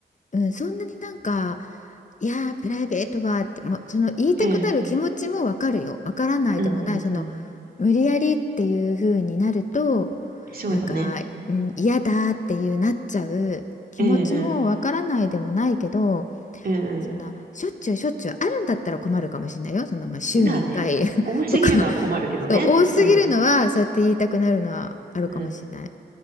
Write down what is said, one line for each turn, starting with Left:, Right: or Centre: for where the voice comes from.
Left: うん、そんなになんかいやープライベートはってもうその言いたくなる気持ちもわかるよわからないでもないその無理やりっていう風になると
Right: えんうんうんうん。そうだね。
Left: なんか、うん、嫌だっていうなっちゃう気持ちもわからないでもないけど、
Right: えんうん。えん
Left: そんなしょっちゅうしょっちゅうあるんだったら困るかもしれないよ。そのまあ週に1回
Right: うん。まあね。多すぎるのは困るけどね。
Left: <laughs> とか、<laughs> そう多すぎるのはそうやって言いたくなるのはあるかもしれない。
Right: うん。うん。